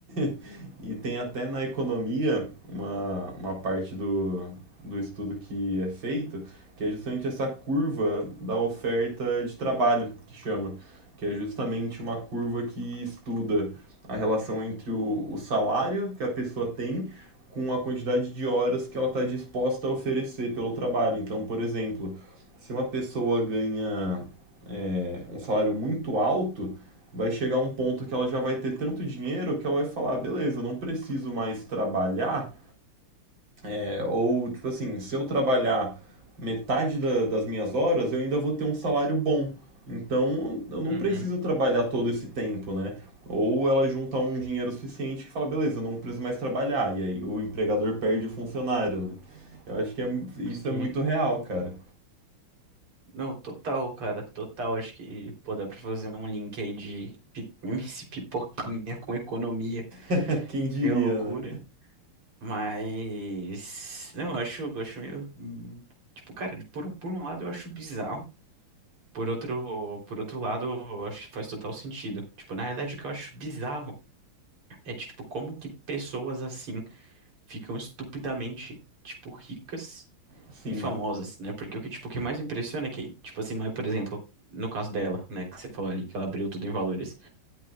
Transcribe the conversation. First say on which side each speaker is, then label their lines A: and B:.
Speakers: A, on the right (about 60°); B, on the right (about 85°).
A: <laughs> e tem até na economia uma, uma parte do, do estudo que é feito, que é justamente essa curva da oferta de trabalho, que chama, que é justamente uma curva que estuda a relação entre o, o salário que a pessoa tem com a quantidade de horas que ela está disposta a oferecer pelo trabalho. Então, por exemplo, se uma pessoa ganha é, um salário muito alto, vai chegar um ponto que ela já vai ter tanto dinheiro que ela vai falar: "Ah, beleza, eu não preciso mais trabalhar é, Ou, tipo assim, se eu trabalhar metade da- das minhas horas, eu ainda vou ter um salário bom. Então, eu não
B: Uhum,
A: preciso trabalhar todo esse tempo, né? Ou ela junta um dinheiro suficiente que fala, beleza, eu não preciso mais trabalhar. E aí o empregador perde o funcionário, né? Eu acho que é isso
B: sim.
A: é muito real, cara.
B: Não, total, cara, total. Acho que, pô, dá pra fazer um link aí de pi- <laughs> MC Pipoquinha com economia.
A: <laughs> Quem diria,
B: Meio loucura.
A: né?
B: Mas. Não, eu acho, eu acho meio. hum, Tipo, cara, por um, por um lado eu acho bizarro. Por outro, por outro lado, eu acho que faz total sentido. Tipo, na realidade, o que eu acho bizarro é, tipo, como que pessoas assim ficam estupidamente, tipo, ricas
A: Sim.
B: e famosas, né? Porque o que, tipo, o que mais impressiona é que, tipo assim, não é, por exemplo, no caso dela, né, que você falou ali, que ela abriu tudo em valores.